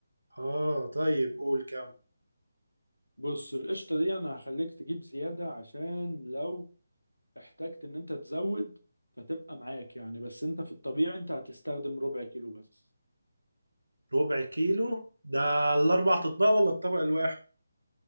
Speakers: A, on the right; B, on the left.
A: آه طيب قول كام
B: بص القشطة دي انا هخليك تجيب زيادة عشان لو احتجت ان انت تزود فتبقى معاك يعني بس انت في الطبيعي انت هتستخدم ربع كيلو بس
A: ربع كيلو ده الأربع أطباق ولا الطبق الواحد؟